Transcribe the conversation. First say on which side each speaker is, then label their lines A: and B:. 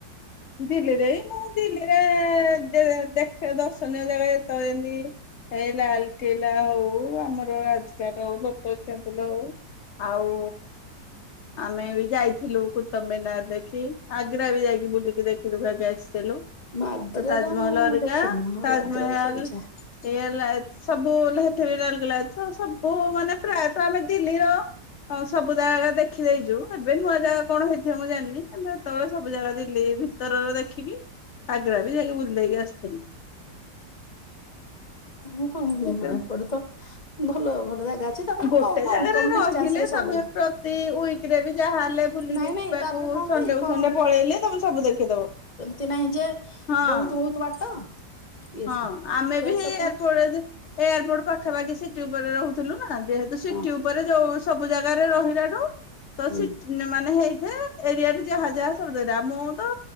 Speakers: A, on the left (about 75°); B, on the left (about 25°).
A: ଦିଲ୍ଲୀରେ ଇ ମୁଁ ଦିଲ୍ଲୀରେ ଏ ଦେଖ ଦର୍ଶନୀୟ ଜାଗା ଯେତେବେଳେ ଯେମତି ଏଇ ଲାଲକିଲ୍ଲା ହଉ ଆମର ରାଜଘାଟ ହଉ ଲୋଟସ୍ ଟେମ୍ପେଲ ହଉ। ଆଉ ଆମେ ବି ଯାଇଥିଲୁ କୁତୁବୀନାର ଦେଖି ଆଗ୍ରା ବି ଯାଇକି ବୁଲିକି ଦେଖି ଦୁଖା କି ଆସି। ଲୁ
B: ମୁଁ ଆଗ୍ରା
A: ତାଜମହଲ
B: ଟା ମୁଁ
A: ହରିକ
B: ଦେଖିନି ମୋର
A: ତାଜମେହଲ
B: ଆଗ୍ରା ଦେଖିବାକୁ ଇଚ୍ଛା
A: ଏଇ ହେଲା ସବୁ ଲହଠ ବି ରାଉଲକେଲା ସବୁ ମାନେ ପ୍ରାୟତଃ ଆମେ ଦିଲ୍ଲୀର ହଁ ସବୁ ଜାଗା ଦେଖି ଦେଇଛୁ ଏବେ ନୂଆ ଜାଗା କଣ ହେଇଥିବ ମୁଁ ଜାଣିନି ସେତେବେଳେ ସବୁ ଜାଗା ଦିଲ୍ଲୀ ଉତରର ଦେଖିକି ଆଗ୍ରା ବି ଯାଇକି ବୁଲିଦେଇକି ଆସିଥିଲି।
B: ଓହୋ ମ
A: ଆଗ୍ରା
B: <inaudible> ଏପଟେ ତ ଭଲ ଭଲ ଜାଗା ଅଛି। ତାପରେ
A: ଗୋଟେ
B: କମ କମ
A: ଜାଗାରେ
B: କମ
A: ରହିଲେ
B: ଡିଷ୍ଟାନ୍ସ ରେ
A: ତମେ
B: ସବୁ
A: ପ୍ରତି ୱିକ୍ ରେ ଯାହାହେଲେ ବୁଲିକି
B: ନାଇଁ ନାଇଁ
A: ଯିବାକୁ
B: ତାପରେ କଣ
A: ସଣ୍ଡେ
B: କି କମ
A: କୁ ସଣ୍ଡେ ପଳେଇଲେ ତମେ ସବୁ ଦେଖିଦବ।
B: ଚେନ୍ନାଇ ଯେ
A: ହଁ।
B: ବହୁତ ବହୁତ ବାଟ। ଇଏ
A: ହଁ
B: ସିଏ
A: ଆମେ
B: ସେ
A: ବି ହେଇ
B: ସବୁ
A: ଏୟାରପୋଟ ଏୟାରପୋର୍ଟ ପାଖାପାଖି ସିଟି ଉପରେ ରହୁଥିଲୁ ନା ଯେହେତୁୁ ସିଟି
B: ହଁ
A: ଉପରେ ଯୋଉ ସବୁ ଜାଗାରେ ରହିଲାଠୁ ତ
B: ହୁଁ
A: ସି ଟି ମାନେ ହେଇଥାଏ ଏରିଆରେ ଯାହା ଯାହା ସବୁତକ ମୁଁ ତ